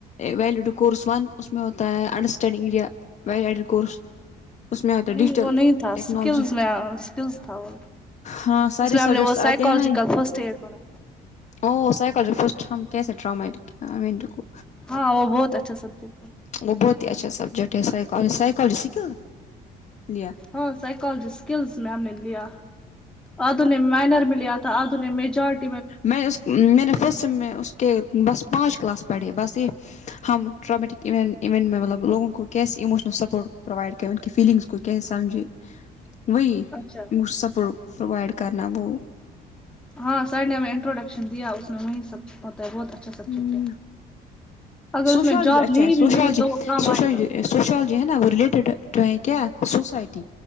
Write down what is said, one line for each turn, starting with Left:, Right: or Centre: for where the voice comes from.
Left: ویلیوڈو کورس ون اس میں ہوتا ہے انڈرسٹینڈنگ یا ویلیوڈو کورس اس میں ہوتا ہے
Centre: نہیں
Left: ڈیجیٹل
Centre: وہ نہیں تھا اسکلس
Left: ٹیکنالوجی
Centre: میں اسکلس تھا وہ
Left: ہاں سارے
Centre: اس میں ہم
Left: سبجیکٹس
Centre: نے وہ سائیکالوجیکل
Left: آتے ہیں
Centre: فرسٹ ایڈ پڑھا
Left: او سائکالج فسٹ ہم کسے ٹرمے ائی مین رکو
Centre: ہاں وہ بہت اچھا سبجیکٹ ہے
Left: وہ بہت ہی اچھا سبجیکٹ ہے سائی کال سائ سائیکالوجی سکل یا
Centre: ہاں سائیکالوجی اسکلس میں ہم نے لیا آدھو نے مائنر میں لیا تھا آدھو نے میجارٹی
Left: میں اس میں نے فسٹ سیم اس کے بس پانچ کلاس پڑھی بس یے ہم ٹرامٹک یونٹ یونٹ مطلب لوگوں کو کیسے اموشنل سپورٹ پرووائڈ کریں ان کی فیلنگس کو کسے سمجھے وہ
Centre: اچھا
Left: سپورٹ پرووائڈ کرنہ وہ
Centre: ہاں سر نے ہمیں انٹروڈکشن دیا اس میں وہیں سب ہوتا ہے بہت اچھا اچھا سبجیکٹ
Left: ہوں
Centre: ہے اگر
Left: سوشالوجی
Centre: اس میں جاب
Left: اچھا
Centre: نہیں
Left: ہے سوشالوجی
Centre: بھی ملی تو وہ کام
Left: سوشالوجی
Centre: آئے گا
Left: سوشالوجی ہے نا وہ ریلیٹیڈ ٹو ہے کیا سوسائٹی